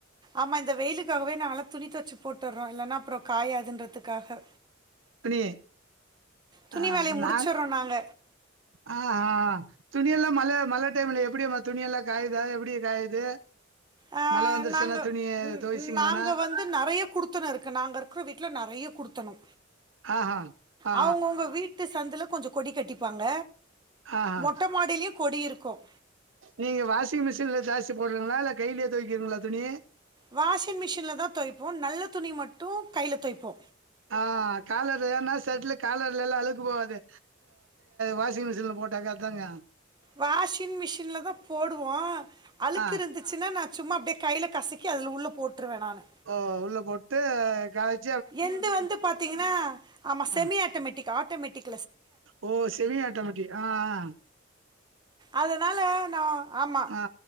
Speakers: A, on the right (about 20°); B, on the right (about 70°).
A: ஆமா இந்த வெயிலுக்காகவே நாங்க எல்லா துணி துவச்சு போட்டர்றோ இல்லன்னா அப்பறோ காயாதுன்றதுக்காக
B: துணி
A: துணி
B: ஆ
A: வேலய முடிச்சற்றோ
B: நாங்
A: நாங்க
B: ஆ ஆ துணியெல்லா மழ மழ டைம்ல எப்பிடி வ துணி எல்லா காயுதா எப்பிடி இது காயுது
A: ஆ
B: மழ வந்துருச்சுன்னா
A: நாங்க
B: துணிய துவைச்சிங்களன்னா
A: நாங்க வந்து நறையா குடு த்தன இருக்கு நாங்க இருக்ற வீட்ல நறையா குடுத்தணொ
B: ஆஹா ஆ
A: அவ்ங்கவ்ங்க வீட் வீட்டு சந்துல கொஞ்சொ கொடி கட்டிப்பாங்க
B: ஆ ஆ
A: மொட்டை மாடியிலையும் கொடி இருக்கும்
B: நீங்க வாஷிங் மிஷின்ல ஜாஸ்தி போட்றீங்களா இல்ல கைலயே தொவெக்கிறங்களா துணி
A: வாஷிங் மிஷின்ல் தா தொய்ப்போ நல்ல துணிய மட்டு கைல தொய்ப்போ
B: ஆ காலர் எனா செட்ல காலர்ல எல்லா அழுக்கு போகாது வாஷிங் மிஷின்ல போட்டாக்கா தாங்க
A: வாஷிங் மிஷின்ல தா போடுவோ அழுக்குருந்து
B: ஆ
A: சின்னா நா சும்மா அப்டியே கையில கசிக்கி அதுல உள்ள போட்ருவ நானு
B: ஆ உள்ள போட்டு காய்
A: எந்து வந்து பாாத்தீங்ன்னா ஆமா செமி
B: ஆ
A: ஆட்டமெட்டிக் ஆட்டமெட்டிக்
B: ஓ செமி ஆட்டோமேட்டிக் அ அ
A: அதனால நா ஆமா
B: ஆ